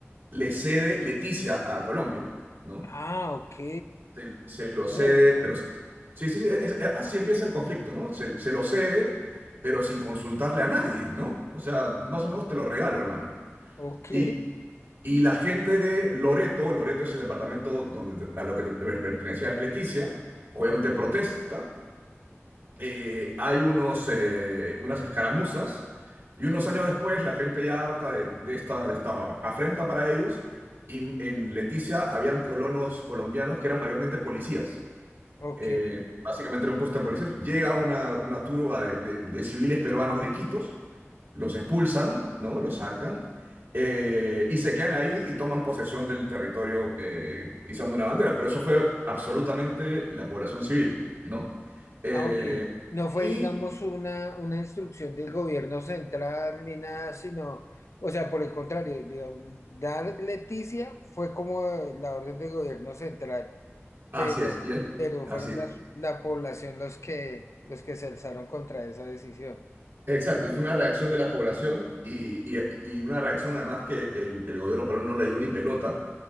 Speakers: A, on the right (about 60°); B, on the left (about 80°).
A: le cede Leticia a Colombia, ¿no?
B: Ah, ok.
A: se, se
B: Eso
A: lo cede,
B: no lo sabía.
A: pero sí, sí, sí, es- es- así empieza el conflicto, ¿no? Se, se lo cede, pero sin consultarle a nadie, ¿no? O sea, más o menos te lo regalo, hermano.
B: Ok.
A: Y, y la gente de Loreto, Loreto es el departamento donde, a lo que te- per- pertenecía Leticia, obviamente
B: Ok,
A: protesta, eh, hay unos, eh, unas escaramuzas, y unos años después la gente ya harta de, de esta, de esta afrenta para ellos, y en Leticia habían colonos colombianos que eran mayormente policías
B: ok.
A: eh, básicamente era un puesto de policías. Llega una, una turba de, de- de civiles peruanos de Iquitos, los expulsan, ¿no? Los sacan eh, y se quedan ahí y toman posesión del territorio eh, izando una bandera. Pero eso fue absolutamente la población civil, ¿no? Eh,
B: Ah, ok. No fue,
A: y
B: digamos, una, una instrucción del gobierno central ni nada, sino, o sea, por el contrario, digo, dar Leticia fue como la orden del gobierno central,
A: así
B: pero,
A: es, y es-
B: pero
A: así
B: fueron las, la población los que, los que se alzaron contra esa decisión.
A: Exacto, y fue una reacción de la población y, y- y una reacción además que el, el gobierno peruano no le dio ni pelota